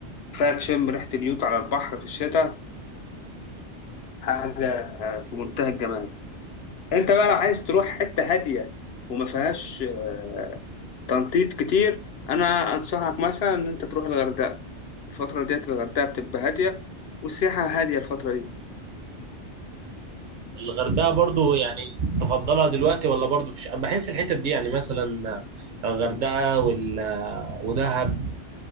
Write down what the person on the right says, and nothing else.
الغردقه برضو يعني تفضلها دلوقتي ولا برضو في الشتاء انا بحس الحتت دي يعني مثلا آه، الغردقه وال ودهب